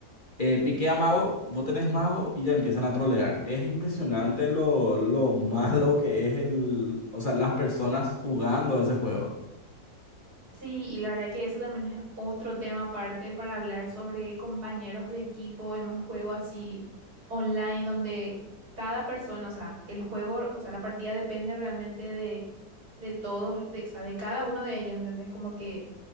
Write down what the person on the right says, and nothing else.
Sí, y la verdad que eso también es otro tema aparte para hablar sobre compañeros de equipo en un juego así online donde cada persona, o sea, el juego, o sea, la partida depende realmente de, de todos, de, o sea, de cada uno de ellos, ¿entendés? Como que